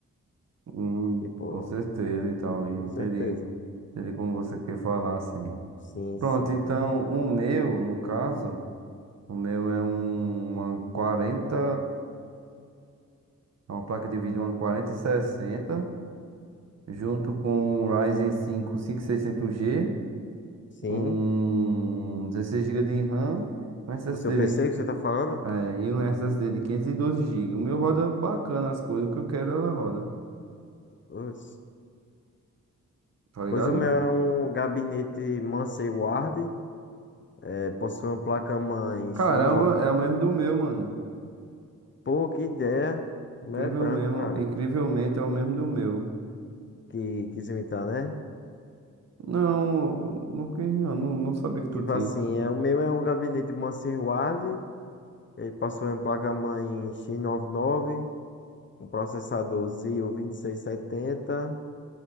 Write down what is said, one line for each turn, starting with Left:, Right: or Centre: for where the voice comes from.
Right: Hum,
Left: Tipo,
Right: com certeza então, e tal. Entendi,
Left: com certeza.
Right: entendi como você quer falar, assim.
Left: Sim,
Right: Pronto,
Left: sim.
Right: então o meu, no caso, o meu é um, uma 40, é uma placa de vídeo, uma quarenta sessenta, junto com um Ryzen 5 5600G,
Left: Sim.
Right: um 16 gigas de RAM, um SSD
Left: O seu PC
Right: de,
Left: que você tá falando?
Right: eh, e um SSD de 512 gigas. O meu roda bacana as coisas, o que eu quero ela roda.
Left: Putz.
Right: tá ligado?
Left: Pois o meu é um gabinete Mansell Ward, é, possui uma placa-mãe X99.
Right: Caramba, é o mesmo do meu, mano.
Left: Pô, que ideia. O
Right: Incrível
Left: meu é branco,
Right: mesmo,
Left: cara.
Right: incrivelmente é o mesmo do meu.
Left: Que quis imitar, né?
Right: Não, não, quis, não, não não sabia que tu
Left: Tipo
Right: tinha.
Left: assim, é, o meu é um gabinete Mansell Ward, ele possui uma placa-mãe X99, um processador Zio 2670,